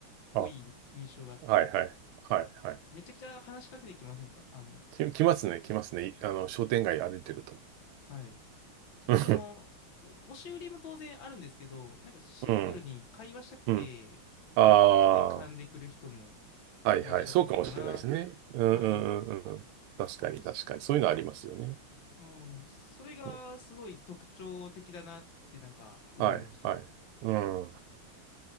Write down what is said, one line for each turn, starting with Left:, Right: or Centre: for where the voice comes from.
Left: 濃い印象があって、
Right: あ、はい、はい、はい、はい。
Left: めちゃくちゃ話しかけてきませんかあの、
Right: き、来ますね、来ますね。いあの、商店街歩いてると。
Left: はい。しかもその、
Right: <laughs> うん、
Left: お押し売りも当然あるんですけど、なんかシンプルに会話したくて、
Right: うん、うん。ああ、
Left: ごっつい絡んでくる人も
Right: はいはい。
Left: いらっしゃったな。
Right: そうかもしれないですね。
Left: はい。
Right: うんうんうんうん。
Left: なん
Right: 確かに確かに。
Left: かす
Right: そういうのありますよね。
Left: うん、それがすごい特徴的だなってなんか思いました。
Right: うんはいはい。うん。